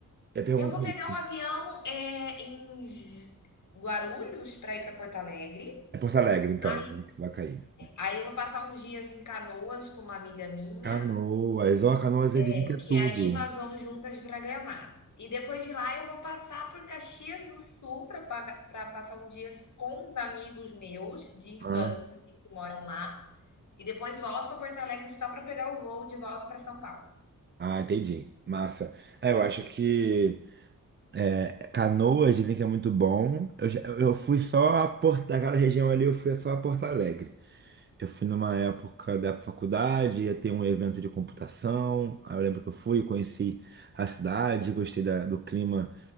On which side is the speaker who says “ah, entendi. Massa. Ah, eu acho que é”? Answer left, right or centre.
Right